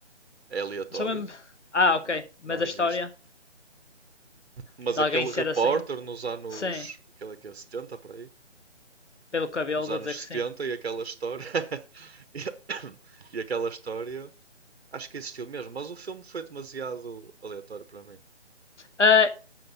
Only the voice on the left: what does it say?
Só mesmo. Ah, ok.
Mas
a
história
de
alguém ser
assim?
Sim.
Pelo cabelo,
vou
dizer que
sim.
Ah,